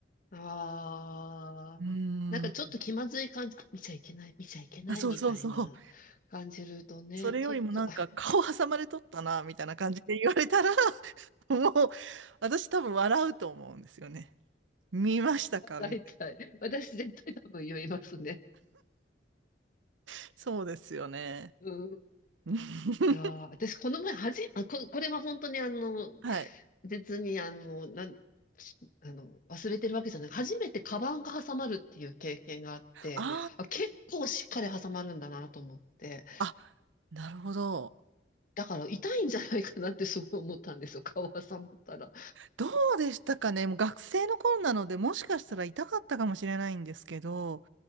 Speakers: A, on the left; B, on the right.
A: あ、
B: うん。
A: ああ、なんかちょっと気まずい感じ、あ、見ちゃいけない、見ちゃいけないみたいな感じるとね、
B: あ、そうそうそう。それよりもなんか顔挟まれとったな、
A: ちょっと、
B: みたいな感じで言われたら、<laughs> もう私多分笑うと思うんですよね。見ましたかみたい
A: あ大体、私絶対多分言いますね。
B: な。そうですよね。
A: うん。
B: <laughs>
A: いやー、私この前はじ、あ、こ、これは本当にあの、
B: はい。
A: 別に、あの、なん、あの、忘れてるわけじゃない。初めてカバンが挟まるっていう経験があって、
B: あ
A: あ、結構しっかり挟まるんだなと思って、
B: あ、あ、なるほど。
A: だから痛いんじゃないかなってすごい思ったんですよ。顔挟まったら。
B: どうでしたかね。もう学生の頃なので、もしかしたら痛かったかもしれないんですけど、